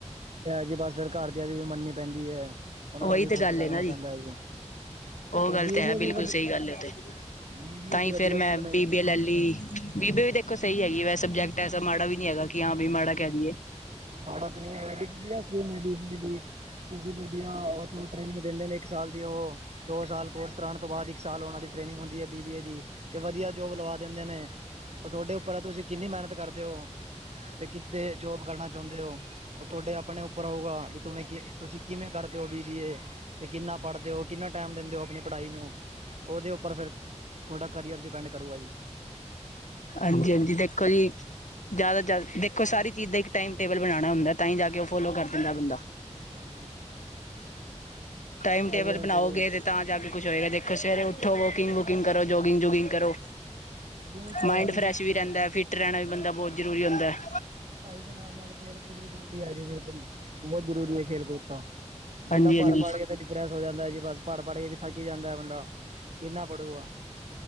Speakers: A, on the right; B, on the left.
A: ਜੀ ਬਸ ਫਿਰ ਘਰਦਿਆਂ ਦੀ ਵੀ ਮੰਨਨੀ ਪੈਂਦੀ ਹੈ, ਉਹਨਾ
B: ਉਹੀ
A: ਨੂੰ ਵੀ
B: ਤੇ
A: ਖੁਸ਼
B: ਗੱਲ
A: ਕਰਣਾ
B: ਹੈ ਨਾ
A: ਪੈਂਦਾ ਹੈ ਜੀ।
B: ਉਹ
A: ਚਲੋ
B: ਗੱਲ
A: ਬੀ
B: ਤੇ ਹੈ,
A: ਬੀ ਏ
B: ਬਿਲਕੁਲ
A: ਵੀ ਵਧ
B: ਸਹੀ ਗੱਲ ਹੈ ਤੇ-
A: ਬੀ ਬੀ
B: ਤਾਂ
A: ਏ
B: ਹੀ
A: ਵੀ ਵਧੀਆ
B: ਫੇਰ
A: ਸਟਰੀਮ
B: ਮੈਂ
A: ਹੈ
B: ਬੀ
A: ਜੀ।
B: ਬੀ ਲੈ ਲਈ, ਬੀਬੇ ਵੀ ਦੇਖ ਸਹੀ ਹੈਗੀ, ਵਸ ਸਬਜੈਕਟ ਐਸਾ ਮਾੜਾ ਵੀ ਨਹੀਂੀ ਹੈਗਾ ਕਿ ਹਾਂ ਵੀ ਮਾੜਾ ਕਹਿਿੰਦੀਏ।
A: ਮਾੜਾ ਤੇ ਨਹੀ ਹੈ ਗਾ ਜੀ ਕਿਹਾ ਸੀ ਮੈ ਬੀਜੀ ਬੀਜੀ ਏ ਬੀਜੀ ਬੀਜੀ ਏ <inaudible> ਉਹ ਤੂੰ ਟ੍ਰੇਨਿੰਗ ਦਿੰਦੇ ਨੇ, ਇੱਕ ਸਾਲ ਦੀ ਉਹ ਦੋ ਸਾਲ ਕੋਰਸ ਕਰਾਉਣ ਤੋਂ ਬਾਅਦ ਇੱਕ ਸਾਲ ਉਹਨਾਂ ਦੀ ਟ੍ਰੇਨਿੰਗ ਹੁੰਦੀ ਹੈ। ਬ ਦੀ ਤੇ ਵਧੀਆ ਜੋਬ ਲਵਾ ਦਿੰਦੇ ਨੇ, ਉਹ ਤੁਹਾਡੇ ਉੱਪਰ ਤੁਸੀਂ ਕਿੰਨੀ ਮਿਹਨਤ ਕਰਦੇ ਹੋ। ਤੇ ਕਿਤੇ ਜੋਬ ਕਰਨਾ ਚਾਹੁੰਦੇ ਹੋ ਉਹ ਤੁਹਾਡੇ ਆਪਣੇ ਉੱਪਰ ਹੋਊਗਾ ਵੀਂ ਕਿ ਤੁਸੀਂ ਕਿਵੇਂ ਕਰਦੇ ਹੋ ਬੀਬੀਏ ਤੇ ਕਿੰਨਾ ਪੜ੍ਹਦੇ ਹੋ ਕਿੰਨਾ ਟਾਈਮ ਦਿੰਦੇ ਹੋ ਆਪਣੀ ਪੜ੍ਹਾਈ ਨੂੰ ਉਹਦੇ ਉੱਪਰ ਫਿਰ ਤੁਹਾਡਾ ਕਰੀਅਰ ਡਿਪੈਂਡ ਕਰੂਗਾ ਜੀ
B: ਹਾਂਜੀ ਹਾਂਜੀ ਦੇਖੋ ਜੀ ਜ਼ਿਆਦਾ ਜ਼ਿਆਦਾ ਦੇਖੋ ਸਾਰੀ ਚੀਜ਼ ਦਾ ਇੱਕ ਟਾਈਮ ਟੇਬਲ ਬਣਾਉਣਾ ਹੁੰਦਾ ਤਾਂ ਹੀ ਜਾ ਕੇ ਉਹ ਫੋਲੋ ਕਰ ਦਿੰਦਾ ਬੰਦਾ
A: ਮਨ
B: ਟਾਈਮ ਟੇਬਲ
A: ਹੁਣ
B: ਬਣਾਓਗੇ
A: ਤੁਸੀਂ
B: ਤਾਂ ਜਾ ਕੇ ਕੁੱਛ ਹੋਏਗਾ ਦੇਖੋ ਸਵੇਰੇ ਉੱਠੋ ਵੋਕਿੰਗ ਵੂਕਿੰਗ ਕਰੋ ਜੋਗਿੰਗ ਜੋੁਗਿੰਗ ਕਰੋ
A: ਹਾਂਜੀ ਉਹ ਤਾਂ
B: ਮਾਇੰਡ
A: ਹੈ ਜੀ
B: ਫਰੈਸ਼
A: ਜਿਵੇਂ
B: ਵੀ
A: ਪੜ੍ਹਾਈ
B: ਰਹਿੰਦਾ
A: ਹਾਂਜੀ
B: ਫਿੱਟ ਰਹਿਣਾ ਵੀ ਬੰਦਾ
A: ਹਾਂਜੀ
B: ਬਹੁਤ ਜ਼ਰੂਰੀ ਹੁੰਦਾ ਹੈ
A: ਪੜ੍ਹਾਈ ਦੇ ਨਾਲ ਨਾਲ ਖੇਲ ਕੂਦ ਵੀ ਜ਼ਰੂਰੀ ਹੈ ਜੀ ਬਿਲਕੁਲ ਬਹੁਤ ਜ਼ਰੂਰੀ ਹੈ ਖੇਲ ਕੂਦ ਤਾਂ ਬੰਦਾ
B: ਹਾਂਜੀ
A: ਪੜ
B: ਹਾਂਜੀ
A: ਪਾੜ ਕੇ ਡਿਪਰੈਸ ਹੋ ਜਾਂਦਾ ਜੀ ਬਸ ਪੜ ਪੜ ਕੇ ਵੀ ਥੱਕ ਹੀ ਜਾਂਦਾ ਬੰਦਾ ਕਿੰਨਾ ਪੜੂਗਾ